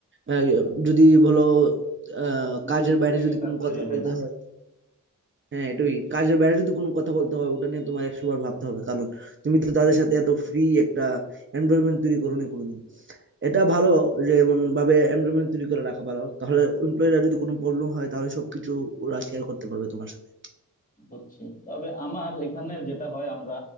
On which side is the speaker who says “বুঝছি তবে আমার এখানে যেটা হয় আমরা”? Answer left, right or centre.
Left